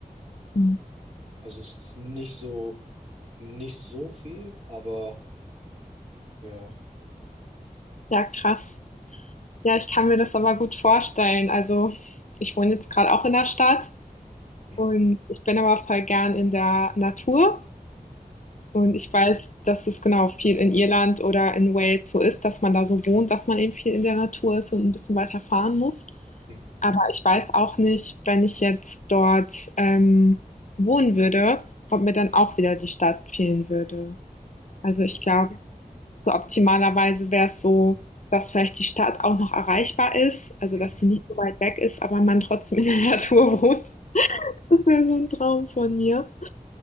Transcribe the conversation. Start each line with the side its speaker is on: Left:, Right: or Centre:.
Left: Mhm.
Right: Also es ist nicht so, nicht so viel, aber ja.
Left: Ja, krass. Ja, ich kann mir das aber gut vorstellen. Also, ich wohne jetzt gerade auch in der Stadt
Right: Mhm.
Left: und ich bin aber voll gern in der Natur und
Right: Mhm.
Left: ich weiß, dass es genau, viel in Irland oder in Wales so ist, dass man da so wohnt, dass man eben viel in der Natur ist und ein bisschen weiter fahren muss.
Right: Mhm.
Left: Aber ich weiß auch nicht, wenn ich jetzt dort ähm, wohnen würde, ob mir dann auch wieder die Stadt fehlen würde. Also ich
Right: Ja.
Left: glaube, so optimalerweise wäre es so, dass vielleicht die Stadt auch noch erreichbar ist, also
Right: Mhm.
Left: dass sie nicht so weit weg ist, aber man trotzdem in der Natur wohnt. Das wäre so ein Traum von mir.